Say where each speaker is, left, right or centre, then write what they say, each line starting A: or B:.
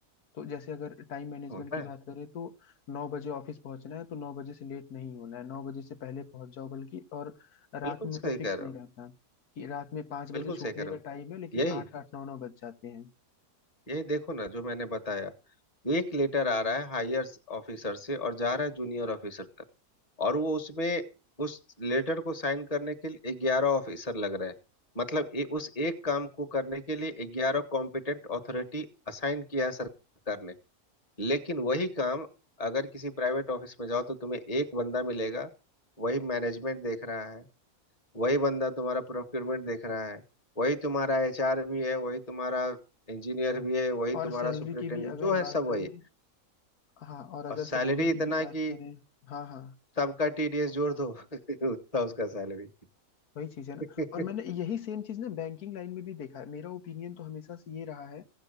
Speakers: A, on the left (about 80°); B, on the left (about 25°).
A: तो जैसे अगर टाइम मैनेजमेंट
B: होता
A: की
B: है
A: बात करें तो नौ बजे ऑफिस पहुंचना है तो नौ बजे से लेट नहीं होना है नौ बजे से पहले पहुंच जाओ बल्कि और रात
B: बिल्कुल
A: में मतलब
B: सही
A: फिक्स
B: कह रहे
A: नहीं
B: हो
A: रहता कि रात में पाँच
B: बिल्कुल
A: बजे छूटने
B: सही कह रहे
A: का
B: हो
A: टाइम है लेकिन
B: यही
A: आठ आठ नौ नौ बज जाते हैं
B: यही देखो ना जो मैंने बताया एक लेटर आ रहा है हायर ऑफिसर से और जा रहा है जूनियर ऑफिसर तक और वो उसमें उस लेटर को साइन करने के लिए ग्यारह ऑफिसर लग रहे हैं मतलब ये उस एक काम को करने के लिए ग्यारह कॉम्पिटेंट अथॉरिटी असाइन किया है सरकार ने लेकिन वही काम अगर किसी प्राइवेट ऑफिस में जाओ तो तुम्हें एक बंदा मिलेगा वही मैनेजमेंट देख रहा है वही बंदा तुम्हारा प्रोक्योरमेंट देख रहा है वही तुम्हारा एचआर भी है वही तुम्हारा इंजीनियर भी है वही
A: और
B: तुम्हारा
A: सैलरी
B: सुपरिटेंडेंट
A: की भी अगर
B: जो है
A: बात
B: सब
A: करें
B: वही
A: हाँ और अगर
B: और सैलरी
A: सैलरी की
B: इतना
A: भी बात
B: कि
A: करें हाँ हाँ
B: सबका टीडीएस जोड़ दो <laughs> उतना उसका सैलरी
A: वही चीज है ना
B: <laughs>
A: और मैंने यही सेम चीज ना बैंकिंग लाइन में भी देखा है मेरा ओपिनियन तो हमेशा से ये रहा है